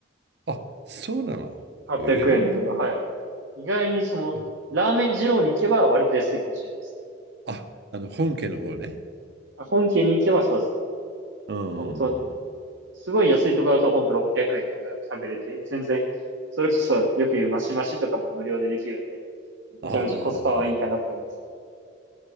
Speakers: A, on the right; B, on the right.
A: あ、そうなの。
B: 800円とか、
A: へえ。
B: はい。意外にその、
A: あ、
B: ラーメン二郎に行けば割と安いかもしれないです。
A: あ、あの、本家の方ね。
B: 本家に行けばそうですね。
A: うん。
B: 本当、
A: あ
B: すごい安いところだと本当600円とかでも食べれて、全然、それこそよく言うマシマシとかも無料でできるんで、めちゃめちゃコスパはいいかなって思います。
A: あ。